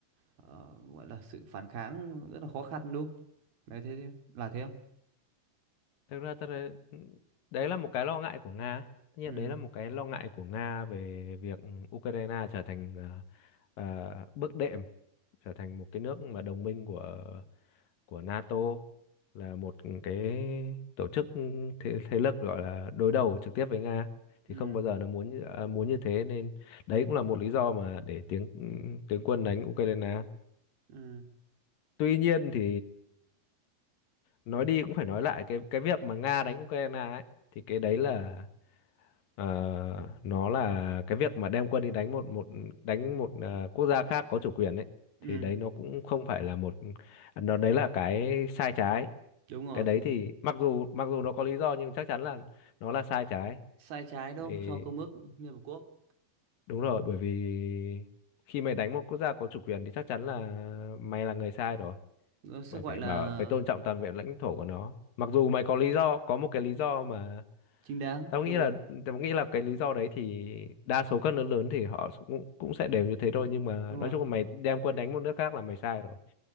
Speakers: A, on the right; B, on the left.
A: ờ, gọi là sự phản kháng rất là khó khăn đúng không? Đấy thế là thế không?
B: thực ra ta đấy, đấy là một cái lo ngại của Nga tất nhiên
A: Ừ
B: đấy là một cái lo ngại của Nga về việc Ukraine trở thành ờ, ờ, bước đệm trở thành một cái nước mà đồng minh của của NATO là một cái tổ chức thế, thế lực gọi là đối đầu trực tiếp với Nga thì
A: ừ
B: không bao giờ nó muốn như à, muốn như thế nên đấy cũng là một lý do mà để tiếng tướng quân đánh Ukraine.
A: ừ
B: Tuy nhiên thì nói đi cũng phải nói lại cái cái việc mà Nga đánh Ukraine ấy thì cái đấy là ờ, nó là cái việc mà đem quân đi đánh một một đánh một ờ, quốc gia khác có chủ quyền ấy
A: ừ
B: thì đấy nó cũng không phải là một nó đấy là cái sai trái
A: đúng rồi
B: cái đấy thì mặc dù mặc dù nó có lý do nhưng chắc chắn là nó là sai trái
A: sai trái đâu
B: thì
A: cho công ước Liên Hợp Quốc
B: đúng rồi bởi vì khi mày đánh một quốc gia có chủ quyền thì chắc chắn là mày là người sai rồi
A: nó sẽ
B: mày
A: gọi
B: phải
A: là
B: bảo phải tôn trọng toàn vẹn lãnh thổ của nó mặc dù mày có lý do có một cái lý do mà
A: chính đáng
B: tao
A: về
B: nghĩ là tao nghĩ là cái lý do đấy thì đa số các nước lớn thì họ cũng cũng sẽ đều như thế thôi nhưng mà
A: đúng rồi
B: nói chung là mày đem quân đánh một nước khác là mày sai rồi